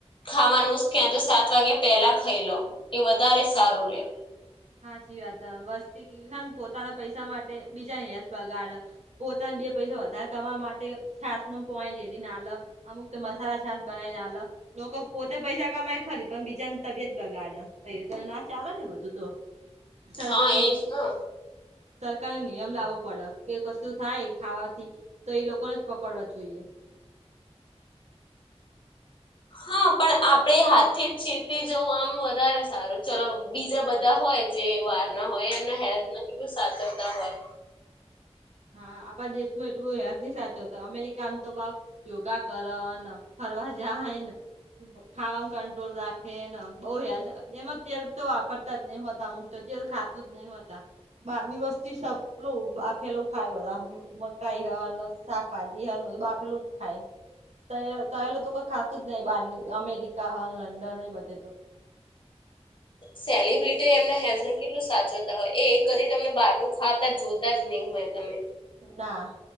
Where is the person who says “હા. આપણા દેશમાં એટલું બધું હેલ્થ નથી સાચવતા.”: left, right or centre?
Right